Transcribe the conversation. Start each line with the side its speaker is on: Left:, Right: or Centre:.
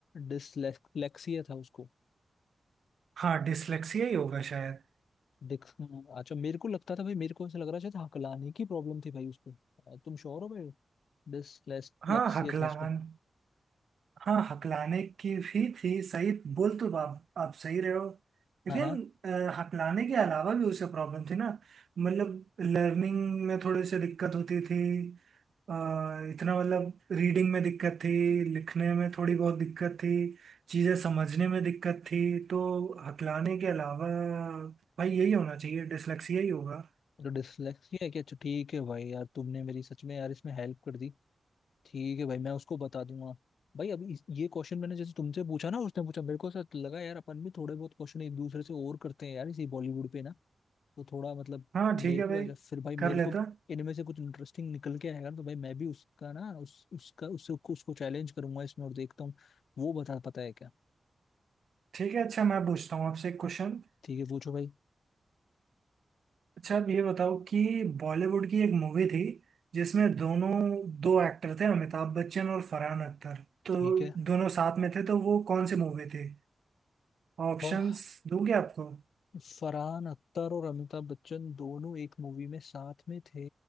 Left: डिसलेक्सिया था उसको
Right: हाँ डिसलेक्सिया ही होगा शायद
Left: देख हाँ, अच्छा मेरे को लगता था भाई मेरे को ऐसा लग रहा शायद हकलाने की प्रॉब्लम थी भाई उसको अ, तुम श्योर हो भाई डिसलेक्सिया
Right: हाँ हकलान
Left: था उसको
Right: हाँ हकलाने की भी थी सही बोल तो आप, आप सही रहे हो लेकिन
Left: हाँ हाँ
Right: अ, हकलाने के अलावा भी उसे प्रॉब्लम थी ना मतलब लर्निंग में थोड़ी सी दिक्कत होती थी अ, इतना मतलब रीडिंग में दिक्कत थी लिखने में थोड़ी बहुत दिक्कत थी चीज़ें समझने में दिक्कत थी तो हकलाने के अलावा भाई यही होना चाहिए डिसलेक्सिया ही होगा
Left: तो डिसलेक्सिया है क्या अच्छा ठीक है भाई यार तुमने मेरी सच में यार इसमें हेल्प कर दी ठीक है भाई मैं उसको बता दूंगा भाई अभी इस- ये क्वेश्चन मैंने जैसे तुमसे पूछा ना उसने पूछा मेरे को ऐसा लगा यार अपन भी थोड़े बहुत क्वेश्चन एक दूसरे से और करते हैं यार इसी बॉलीवुड पे ना तो थोड़ा मतलब
Right: हाँ
Left: मेरे
Right: ठीक है
Left: को
Right: भाई
Left: भी अच्छा फिर भाई
Right: कर
Left: मेरे
Right: लेता
Left: को भी इनमें से कुछ इंटरेस्टिंग निकल के आएगा ना, तो भाई मैं भी उसका ना उस उसका उससे उसको चैलेंज करूंगा इसमें और देखता हूँ वो बता पाता है क्या
Right: ठीक है अच्छा मैं पूछता हूँ आपसे एक क्वेश्चन
Left: ठीक है पूछो भाई
Right: अच्छा आप ये बताओ कि बॉलीवुड की एक मूवी थी जिसमें दोनों दो एक्टर थे अमिताभ बच्चन और फरहान अख्तर तो
Left: ठीक है
Right: दोनों साथ में थे तो वो कौन सी मूवी थी ऑप्शंस
Left: और
Right: दूंगे आपको
Left: फरहान अख्तर और अमिताभ बच्चन दोनों एक मूवी में साथ में थे